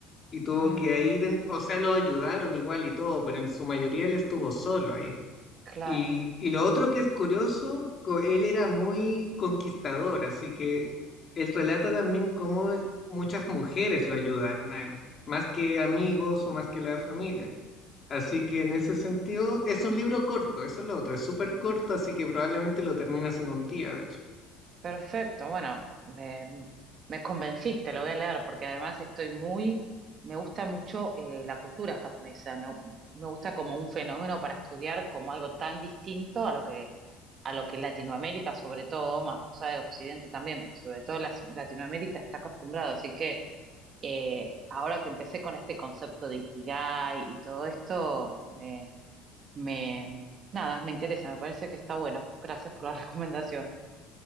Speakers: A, on the left; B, on the right.
A: y tuvo
B: mm,
A: que ahí, den- o sea, lo ayudaron igual y todo, pero en su mayoría él estuvo solo ahí.
B: claro,
A: Y, y lo otro que es curioso, co- él era muy conquistador, así que él relata también cómo muchas mujeres lo ayudaron a él, más que amigos o más que la familia. Así
B: mire.
A: que en ese sentido, es un libro corto, eso es lo otro, es súper corto, así que probablemente lo terminas en un día, de hecho.
B: Perfecto, bueno, me, me convenciste, lo voy a leer porque además estoy muy, me gusta mucho eh, la cultura japonesa, me, me gusta como un fenómeno para estudiar como algo tan distinto a lo que, a lo que Latinoamérica sobre todo, más o sea, de Occidente también, pero sobre todo la- Latinoamérica está acostumbrado, así que eh, ahora que empecé con este concepto de Ikigai y todo esto, me, me, nada, me interesa, me parece que está bueno. Gracias por la <laughs> recomendación,